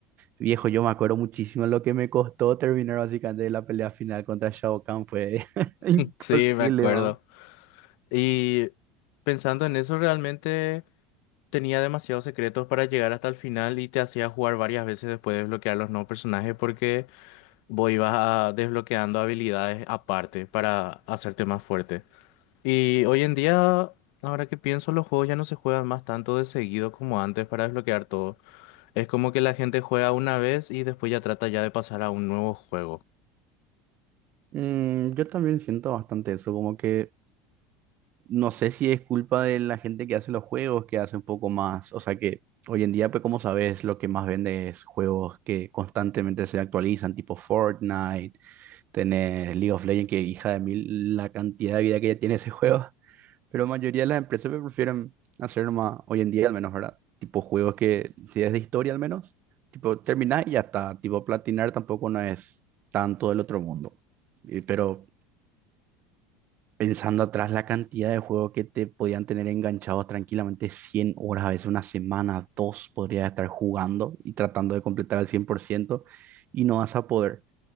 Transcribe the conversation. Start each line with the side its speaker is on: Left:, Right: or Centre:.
Right: Viejo, yo me acuerdo muchísimo lo que me costó terminar básicamente la pelea final contra Shao Kahn. Fue <laughs> imposible,
Left: Sí, me acuerdo.
Right: ¿no?
Left: Y pensando en eso, realmente tenía demasiados secretos para llegar hasta el final y te hacía jugar varias veces después de desbloquear los nuevos personajes porque vos ibas a- desbloqueando habilidades aparte para hacerte más fuerte. Y hoy en día, ahora que pienso, los juegos ya no se juegan más tanto de seguido como antes para desbloquear todo. Es como que la gente juega una vez y después ya trata ya de pasar a un nuevo juego.
Right: Mm, yo también siento bastante eso, como que no sé si es culpa de la gente que hace los juegos, que hace un poco más, o sea que hoy en día, pues como sabes, lo que más vende es juegos que constantemente se actualizan, tipo Fortnite, tenés League of Legends, que hija de mil la cantidad de vida que ya tiene ese juego, pero la mayoría de las empresas pues, prefieren hacer nomás, hoy en día al menos, ¿verdad? Tipo juegos que, si es de historia al menos, tipo terminar y ya está, tipo platinar tampoco no es tanto del otro mundo. Y- Pero Pensando atrás la cantidad de juegos que te podían tener enganchados tranquilamente 100 horas, a veces una semana, dos, podrías estar jugando y tratando de completar al 100% y no vas a poder.